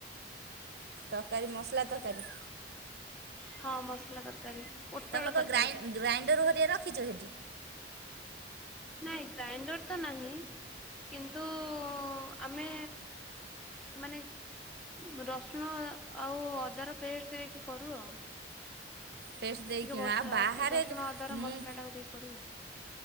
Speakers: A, on the right; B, in the centre.
A: ତରକାରୀ ମସଲା ତରକାରୀ।
B: ହଁ ମସଲା ତରକାରୀ। ପୋଟଳ
A: ତମେ କଣ
B: ତରକାରୀ
A: ଗ୍ରାଇଁ ଗ୍ରାଇଣ୍ଡର ହରିଆ ରଖିଛ ସେଠି?
B: ନାଇଁ ଗ୍ରାଇଣ୍ଡର ତ ନାହିଁ। କିନ୍ତୁ ଆମେ ମାନେ ରସୁଣ ଆଉ ଅଦାର ପେଷ୍ଟ ଦେଇକି କରୁ ଆଉ।
A: ପେଷ୍ଟ ଦେଇକିଣା
B: ଯୋଉ ମସ
A: ଆଉ ବାହାରେ
B: ରସୁଣ ଅଦାର ର
A: ମୁଁ
B: ମସଲା ଟାକୁ ଦେଇ କରିବୁ।